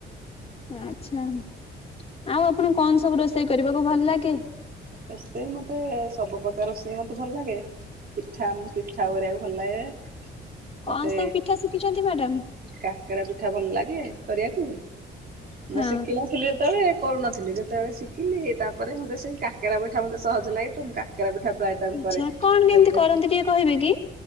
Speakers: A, on the left; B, on the right.
A: ଆଚ୍ଛା ଆଉ ଆପଣ କଣସବୁ ରୋଷେଇ କରିବାକୁ ଭଲ ଲାଗେ?
B: ରୋଷେଇ ମତେ ସବୁ ପ୍ରକାର ରୋଷେଇ ମତେ ଭଲ ଲାଗେ। ପିଠାମ୍ ପିଠାକୁ କରିବାକୁ ଭଲଲାଗେ।
A: କଣ
B: ମତେ
A: ସବୁ ପିଠା ଶିଖିଛନ୍ତି ମ୍ୟାଡାମ?
B: କାକେରା ପିଠା ଭଲ ଲାଗେ କରିବାକୁ।
A: ହଁ
B: ମୁଁ ଶିକିନଥିଲି ଯେତେବେଳେ କରୁନଥିଲି ଯେତେବେଳେ ଶିକିଲି ତାପରେ ମତେ ସେଇ କା କେରା ପିଠା ମତେ ସହଜ ଲାଗେ ତ ମୁଁ କାକେରା ପିଠା ପ୍ରାୟତ ମୁଁ
A: ଆଚ୍ଛା
B: କରେ
A: କଣ କେମିତି
B: ଯେତେ।
A: କରନ୍ତି ଟିକେ କହିବେ କି?